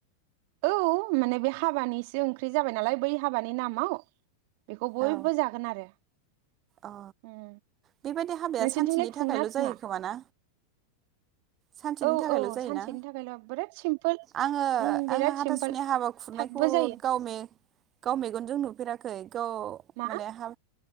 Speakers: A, on the right; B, on the right.
A: औ माने बे हाबानिसो ओंख्रि जाबाय नालाय बै हाबानि नामाव। बेखौ बयबो
B: औ
A: जागोन आरो
B: अ
A: उम
B: बेबायदि हाबाया
A: नोंसोरनिथिंलाय
B: सानसेनि
A: खुङो
B: थाखायल'
A: ना खुङा?
B: जायो खोमा ना सानसेनि
A: औ
B: थाखायल'
A: औ
B: जायोना?
A: सानसेनि थाखायल' बिराद सिम्पोल
B: आङो
A: उम बिराद
B: आङो हाथासुनि
A: सिम्पोल
B: हाबा खुरनायखौ
A: थाबबो जायो
B: गाव मे-गाव मेगनजों नुफे फेराखै। ग
A: मा
B: माने हा